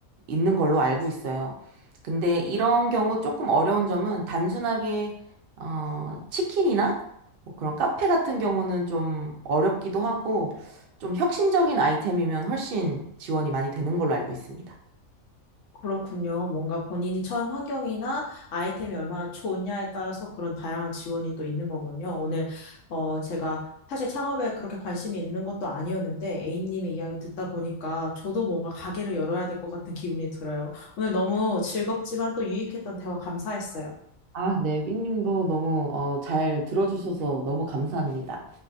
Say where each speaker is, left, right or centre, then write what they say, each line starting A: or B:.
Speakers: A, on the right; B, on the left.
A: 있는 걸로 알고 있어요. 근데 이런 경우 조금 어려운 점은 단순하게 어, 치킨이나 뭐 그런 카페 같은 경우는 좀 어렵기도 하고 좀 혁신적인 아이템이면 훨씬 지원이 많이 되는 걸로 알고 있습니다.
B: 그렇군요. 뭔가 본인이 처한 환경이나 아이템이 얼마나 좋냐에 따라서 그런 다양한 지원이 또 있는 거군요. 오늘, 어, 제가 사실 창업에 그렇게 관심이 있는 것도 아니었는데 A님의 이야기를 듣다 보니까 저도 뭔가 가게를 열어야 될 것 같은 기분이 들어요. 오늘 너무 즐겁지만 또 유익했던 대화 감사했어요.
A: 아, 네, 삐님도 너무 어, 잘 들어주셔서 너무 감사합니다.